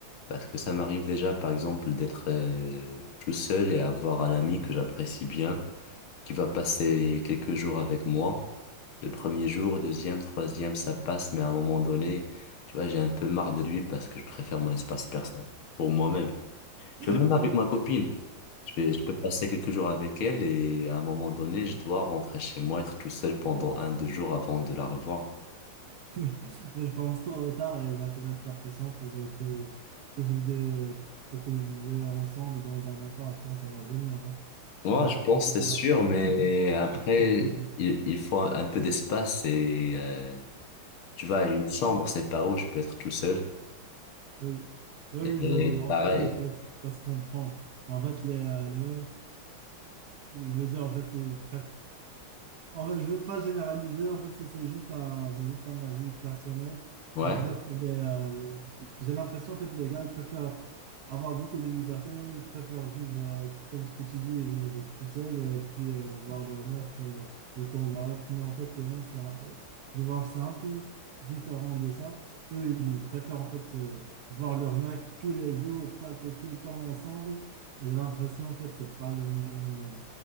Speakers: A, on the left; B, on the right.
A: parce que ça m'arrive déjà, par exemple, d'être euh, tout seul et avoir un ami que j'apprécie bien qui va passer quelques jours avec moi. Le premier jour, deuxième, troisième, ça passe, mais à un moment donné, tu vois, j'ai un peu marre de lui parce que je préfère mon espace personnel pour moi-même.
B: <laughs>
A: Tu vois, même avec ma copine, je peux, je peux passer quelques jours avec elle et à un moment donné, je dois rentrer chez moi, être tout seul pendant un, deux jours avant de la revoir.
B: <laughs> Mais je pense tôt ou tard, elle va te mettre la pression pour euh, que, que vivez, euh, pour que vous vivez ensemble dans un appart. Je pense que ça va venir. hein. Je
A: Moi,
B: pense que
A: je
B: ça
A: pense,
B: va,
A: c'est
B: ça
A: sûr,
B: va pas.
A: mais après,
B: <laughs>
A: il, il faut un peu d'espace et euh, tu vois, une chambre, c'est pas où je peux être tout seul.
B: Oui, oui,
A: Et
B: je, en
A: pareil,
B: fait, ça, ça- ça se comprend. En fait, les, euh, les meufs, je veux dire, en fait, euh, bref, En fait, je veux pas généraliser, en fait, c'est c'est juste un, c'est juste un avis personnel.
A: ouais.
B: Mais en fait, les, euh, j'ai j'ai l'impression, en fait, les gars, ils préfèrent avoir beaucoup de liberté, ils préfèrent vivre, euh, comme ce que tu dis, vivre tout seul et puis euh, voir leur meuf euh, de temps à autre. Mais en fait, les meufs, c'est un- je vois, c'est un peu différent de ça. Eux, ils préfèrent, en fait, euh, voir leur mec tous les jours, passer tout le temps ensemble. Et j'ai l'impression, en fait, c'est pas le même. euh,